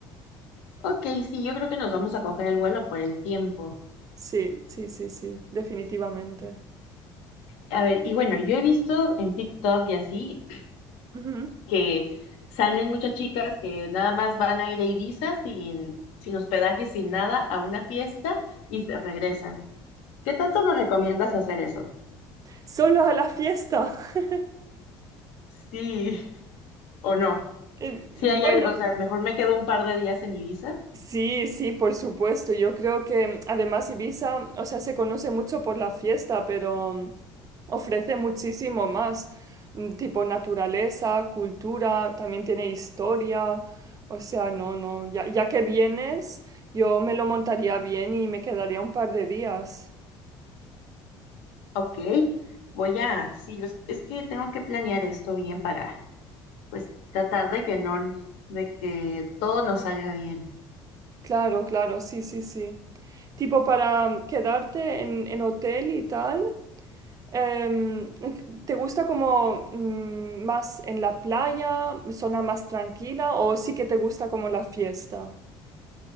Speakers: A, on the left; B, on the right.
A: Ok, sí, yo creo que nos vamos a coger el vuelo por el tiempo.
B: Sí, sí, sí, sí, definitivamente.
A: A ver, y bueno, yo he visto en TikTok y así
B: Ujú.
A: que salen muchas chicas que nada más van a ir a Ibiza sin, sin hospedaje, sin nada, a una fiesta y se regresan. ¿Qué tanto nos recomiendas hacer eso?
B: Solo a la fiesta. <laughs>
A: Sí <laughs> o no.
B: Eh,
A: Si hay,
B: Bueno.
A: al- o sea, mejor me quedo un par de días en Ibiza.
B: Sí, sí, por supuesto. Yo creo que además Ibiza, o sea, se conoce mucho por la fiesta, pero ofrece muchísimo más, mm, tipo naturaleza, cultura, también tiene historia. O sea, no, no, ya, ya que vienes, yo me lo montaría bien y me quedaría un par de días.
A: Ok, voy a, sí, los- es que tengo que planear esto bien para, pues, tratar de que no, de que todo nos salga bien.
B: Claro, claro, sí, sí, sí. Tipo para quedarte en, en hotel y tal. em, ¿te gusta como mm, más en la playa, zona más tranquila o sí que te gusta como la fiesta?